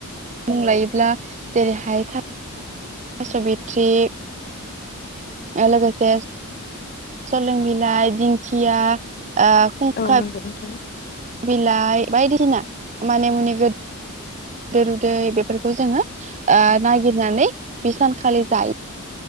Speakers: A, on the right; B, on the left.
A: मुं लायोब्ला जेरैहाय थास' बित्रि ओलोगोसे सलों बिलाइ दिंखिया खुंखा
B: औ नंगौ नोंथां
A: बिलाइ बायदिसिना माने मुनि गोद देर रुदै बेफोरखौ जोङो ओ नागिरनानै बे सानखालि जायो